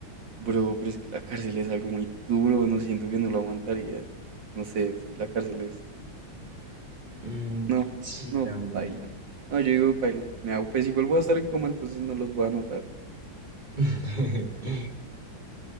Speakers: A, on the right (about 70°); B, on the right (about 25°).
A: bro, pero es que la cárcel es algo muy duro, no siento que no lo aguantaría. No sé, es que la cárcel es...
B: Mm,
A: No,
B: sí,
A: no,
B: también.
A: baila. No, yo digo, baila. Me hago, pues igual voy a estar en coma, entonces no los voy a anotar.
B: <laughs>